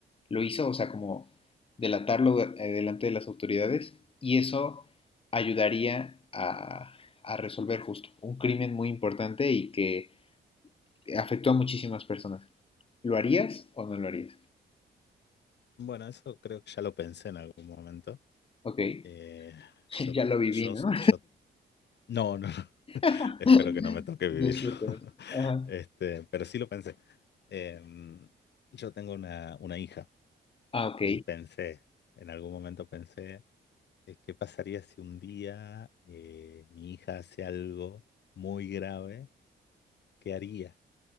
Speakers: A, on the left (about 30°); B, on the left (about 65°).
A: lo hizo, o sea, como delatarlo eh, delante de las autoridades, y eso ayudaría a, a resolver justo un crimen muy importante y que afectó a muchísimas personas. ¿Lo harías o no lo harías?
B: Bueno, eso creo que ya lo pensé en algún momento.
A: Ok,
B: Eh,
A: <laughs>
B: yo,
A: ya lo viví,
B: yo,
A: ¿no?
B: yo, no, no. <laughs>
A: <laughs>
B: Espero que no me toque vivirlo.
A: No es cierto.
B: <laughs>
A: ¿no? Ajá.
B: Este, pero sí lo pensé. Em, yo tengo una, una hija
A: Ah, ok.
B: y pensé, en algún momento pensé, eh, ¿qué pasaría si un día eh, mi hija hace algo muy grave? ¿Qué haría?